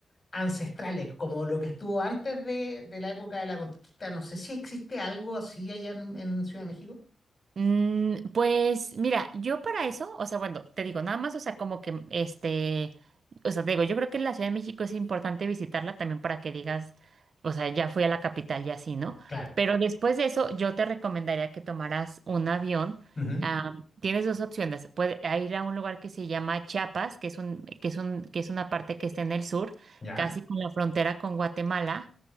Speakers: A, on the left; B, on the right.
A: ancestrales, como lo que estuvo antes de, de la época de la conquista. No sé si existe algo así allá en, en Ciudad de México.
B: Mm, pues mira, yo para eso, o sea, bueno, te digo, nada más, o sea, como que este, o sea, te digo, yo creo que la Ciudad de México es importante visitarla también para que digas, o sea, ya fui a la capital y así, ¿no?
A: Claro.
B: Pero después de eso, yo te recomendaría que tomaras un avión.
A: Ujú,
B: Ah, tienes dos opciones. Puedes ir a un lugar que se llama Chiapas, que es un, que es un, que es una parte que está en el sur,
A: ¿Ya?
B: casi con la frontera con Guatemala,